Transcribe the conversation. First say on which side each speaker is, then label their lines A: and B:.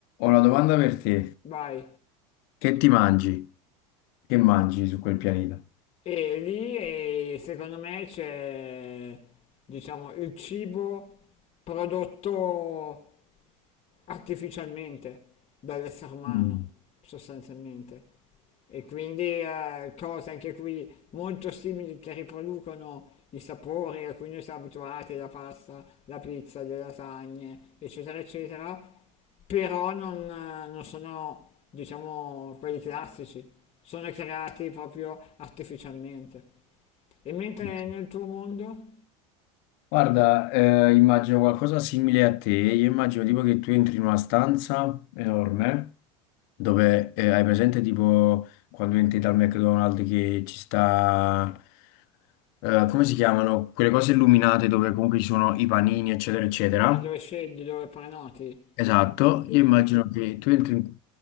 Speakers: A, on the left; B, on the left.
A: una domanda per te.
B: Vai.
A: Che ti mangi? Che mangi su quel pianeta?
B: E lì eh, secondo me c'è, diciamo, il cibo prodotto artificialmente dall'essere umano,
A: Mm,
B: sostanzialmente. E quindi eh, cose anche qui molto simili che riproducono i sapori a cui noi siamo abituati, la pasta, la pizza, le lasagne, eccetera, eccetera, però non, eh, non sono, diciamo, quelli classici, sono creati proprio artificialmente. E mentre
A: ok.
B: nel tuo mondo?
A: Guarda, eh, immagino qualcosa simile a te. Io immagino tipo che tu entri in una stanza enorme dove eh, hai presente tipo quando entri dal McDonald's che ci sta, eh, come si chiamano? Quelle cose illuminate dove comunque ci sono i panini, eccetera, eccetera.
B: Ah, dove scegli, dove prenoti?
A: Esatto,
B: Sì.
A: io immagino che tu entri in,